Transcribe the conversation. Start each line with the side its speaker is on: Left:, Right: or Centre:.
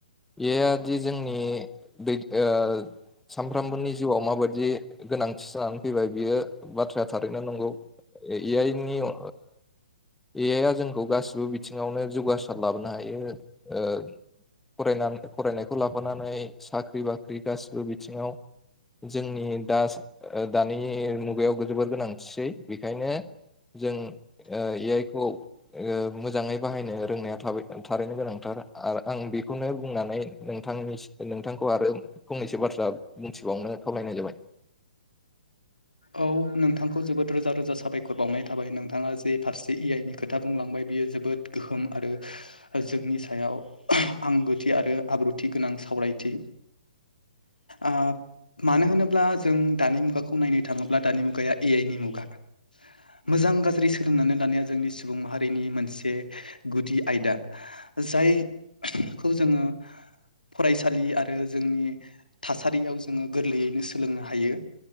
Centre: बेयोदि जोंनि दै ओ सानफ्रोमबोनि जिउआव माबायदि गोनांथि जानानै फैबाय बियो बाथ्राया थारैनो नंगौ ए आइनि ओ ए आइ आ जोंखौ गासिबो बिथिङावनो जौगासार लाबोनो हायो ओ फरायनानै फरायनायखौ लाबोनानै साख्रि बाख्रि गाससिबो बिथिङाव जोंनि दा दानि मुगायाव जोबोर गोनांथिसै बेखायनो जों ए आइ खौ मोजाङै ओ बाहायनो रोंनाया थारैनो गोनांथार आरो आं बेखौनो बुंनानै नोंथांनि नोंथांखौ आरो फंनैसो बाथ्रा बुंथिबावनो खावलायनाय जाबाय <unintelligible>
Left: औ नोंथांखौ जोबोद रोजा रोजा साबायखर बावनाय थाबाय नोंथाङा जे फारसे ए आइ नि खोथा बुंलांबाय बियो जोबोद गोहोम आरो जोंनि सायाव आंगोथि आरो आब्रुथि गोनां सावरायथि ओ मानो होनोब्ला जों दानि मुगाखौ नायनो थाङोब्ला ब्ला दानि मुगाया ए आइनि मुगा। मोजां गाज्रि सोलोंनानै लानाया जोंनि सुबुं माहारिनि मोनसे गुदि आयदा। जायखौ जोङो। फरायसालि आरो जोंनि थासारियाव जोङो गोरलैयैनो सोलोंनो हायो।